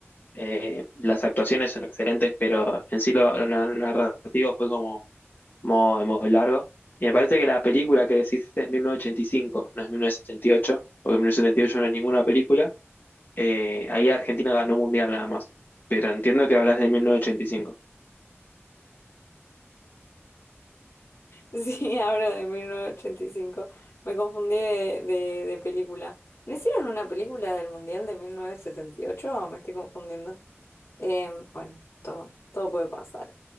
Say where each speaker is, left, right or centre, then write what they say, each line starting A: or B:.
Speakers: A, on the left; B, on the left.
A: Eh, las actuaciones son excelentes, pero en sí lo, lo nar- narrativo fue como muy, muy largo. Y me parece que la película que decís es mil novecientos ochenta y cinco no es mil novecientos setenta y ocho porque 1978 no es ninguna película. Eh, ahí Argentina ganó mundial nada más, pero entiendo que hablas de 1985.
B: Sí, hablo de mil novecientos ochenta y cinco me confundí de, de, de película. ¿No hicieron una película del Mundial de 1978 o me estoy confundiendo? Em, bueno, todo, todo puede pasar.